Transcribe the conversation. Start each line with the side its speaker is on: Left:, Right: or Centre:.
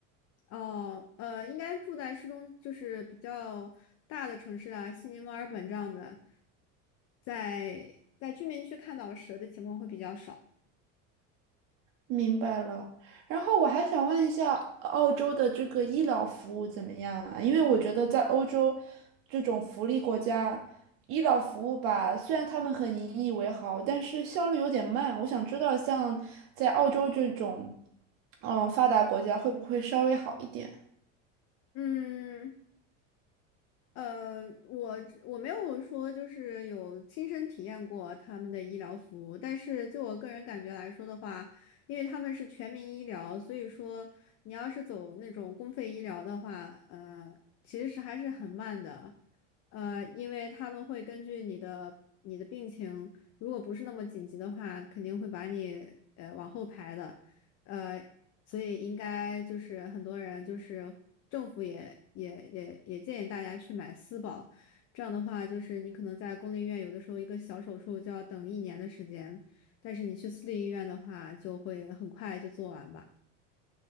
Left: 哦，呃，应该住在市中，就是比较大的城市啊，悉尼、墨尔本这样的，在在居民区看到蛇的情况会比较少。
Right: 明白了，然后我还想问一下，澳洲的这个医疗服务怎么样啊？因为我觉得在欧洲这种福利国家，医疗服务吧，虽然他们很引以为豪，但是效率有点慢。我想知道，像在澳洲这种，嗯，发达国家会不会稍微好一点？
Left: 嗯，呃，我我没有说就是有亲身体验过他们的医疗服务，但是就我个人感觉来说的话，因为他们是全民医疗，所以说你要是走那种公费医疗的话，呃，其实还是很慢的，呃，因为他们会根据你的你的病情，如果不是那么紧急的话，肯定会把你呃往后排的。呃，所以应该就是很多人就是政府也也也也建议大家去买私保，这样的话就是你可能在公立医院有的时候一个小手术就要等一年的时间，但是你去私立医院的话就会很快就做完吧。